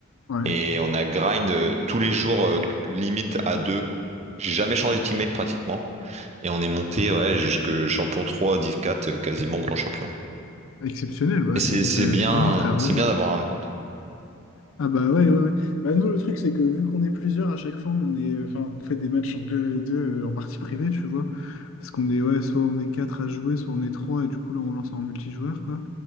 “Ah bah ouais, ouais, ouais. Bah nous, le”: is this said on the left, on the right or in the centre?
Left